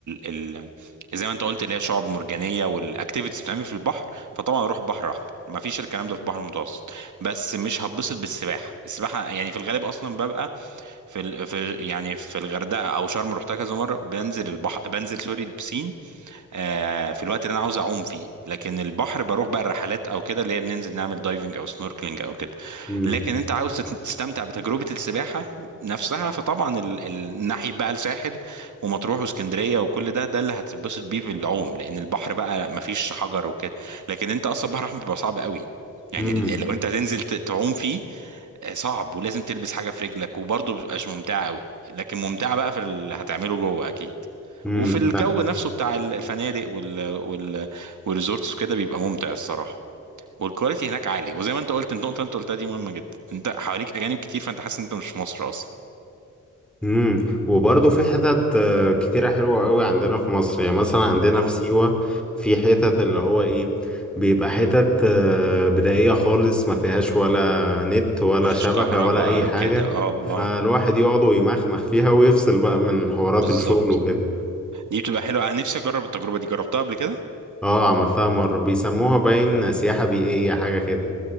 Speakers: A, on the right (about 65°); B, in the centre.
A: ال ال زي ما أنت قلت اللي هي شعاب مرجانية والأكتيفيتيز بتعمل في البحر فطبعا أروح بحر أحمر مفيش الكلام ده في البحر المتوسط بس مش هتبسط بالسباحة السباحة يعني في الغالب أصلا ببقى في ال... في يعني في الغردقه او شرم رحتها كذا مره بنزل البحر بنزل سوري البسين آه في الوقت اللي انا عاوز اعوم فيه لكن البحر بروح بقى الرحلات او كده اللي هي بننزل نعمل دايفنج او سنوركلينج او كده
B: امم
A: لكن انت عاوز تت- تستمتع بتجربه السباحه نفسها فطبعا ال... ال- ناحيه بقى الساحل ومطروح واسكندريه وكل ده ده اللي هتتبسط بيه في العوم لان البحر بقى مفيش حجر وكده لكن انت اصلا البحر الاحمر بيبقى صعب قوي يعني
B: امم
A: ال- لو انت هتنزل ت- تعوم فيه آه، صعب ولازم تلبس حاجه في رجلك وبرضه بتبقاش ممتعه قوي لكن ممتعه بقى في اللي هتعمله جوه اكيد
B: امم
A: وفي الجو نفسه بتاع ال- الفنادق وال وال والريزورتس وكده بيبقى ممتع الصراحه والكواليتي هناك عالي وزي ما انت قلت النقطه اللي انت قلتها دي مهمه جدا انت حواليك اجانب كتير فانت حاسس ان انت مش في مصر اصلا
B: امم وبرضه في حتت آه، كتيرة حلوة قوي عندنا في مصر يعني مثلا عندنا
A: اه
B: في سيوة في حتت اللي هو ايه بيبقى حتت آه، بدائية خالص ما فيهاش ولا نت ولا
A: مفيش
B: شبكة
A: كهرباء
B: ولا أي
A: او
B: حاجة
A: كده اه
B: فالواحد
A: اه
B: يقعد ويمخمخ فيها ويفصل بقى من حوارات
A: بالظبط
B: الشغل وكده
A: دي بتبقى حلوه انا نفسي اجرب التجربه دي جربتها قبل كده
B: اه عملتها مرة بيسموها باين سياحة بيئية حاجة كده